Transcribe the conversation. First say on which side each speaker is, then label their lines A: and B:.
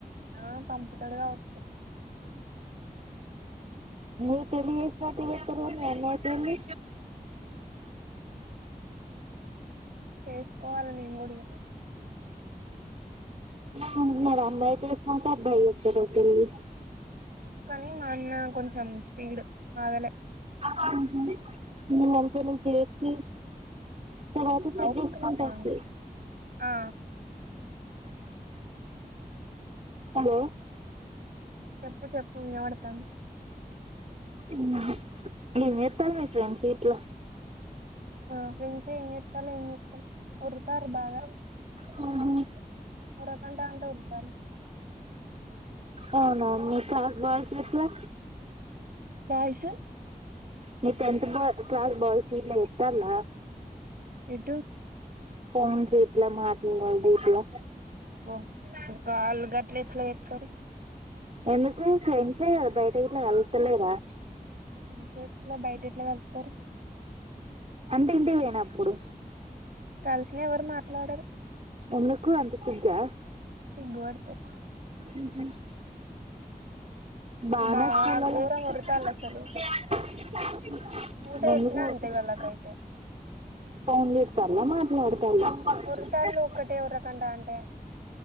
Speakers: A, on the right; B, on the right.
A: ఆ పంపుతడు కావ్ చ్చు.
B: నీ పెళ్లి చేసినట్టు చేత్తరు మీ అన్నయ్య పెళ్లి
A: చేసుకోవాలి, నేను కూడా ఇగ.
B: ముందుగల అమ్మాయికి చేసినాక, అబ్బాయి చేస్తారో పెళ్లి.
A: కానీ మా అన్న కొంచెం స్పీడ్, ఆగలే.
B: హ్మ్ హు మీ <unintelligible> ఇప్పుడు చేస్తే. తరువాత సెట్
A: ఒక్క
B: చేసుకుంటాం
A: నిమిషం ఆగు
B: తీ.
A: ఆ
B: హలో!
A: చెప్పు చెప్పు వినబడతాంది.
B: ఉహ్ ఏం చేస్తాడు మీ ఫ్రెండ్స్ ఇట్ల!
A: ఆ ఫ్రెండ్స్ ఏం చేస్తాను ఏం చేస్తలేర్ ఓర్. తర్ బాగా!
B: హ్మ్!
A: ఉరకకు అంటే ఉరుకుతాంది.
B: అవునునవును, మీ క్లాస్ బాయ్స్ ఎట్లా?
A: వాయిస్.
B: మీ టెన్త్ బా క్లాస్ బాయ్స్ గిట్ల తెతన్ల.
A: ఎటు?
B: ఫోన్స్, ఇట్లా మాట్లాడి. ఇవాళ డ్యూటీ యా?
A: అబ్బో వాళ్ళు గట్ల ఎట్ల చేత్తరు
B: ఎందుకు ఫ్రెండ్స్ అయ్యారు బయట గిట్ట కల్తలేరా?
A: ఇంట్రెస్ట్ లే బయట ఎట్లా కలుత్తారు?
B: అంటే ఇంటికి పోయినప్పుడు.
A: కలిసిన ఎవరూ మాట్ లేదు <unintelligible>
B: ఎందుకు అంత సిగ్గా?
A: సిగ్గుపడతారు.
B: ఊహ్మ్! బానే
A: బా
B: <unintelligible>
A: ఘోరం ఒర్రుతాళ్ళు అసలు ఎంత
B: మందుగొడుతోందా
A: చెప్పినా అంతే వాళ్ళకైతే
B: ఫోన్ చూస్తుందా మరి? రాడు.
A: ఒర్రుతాళ్ళు
B: <unintelligible>
A: ఒక్కటే ఉర్రకంట అంటే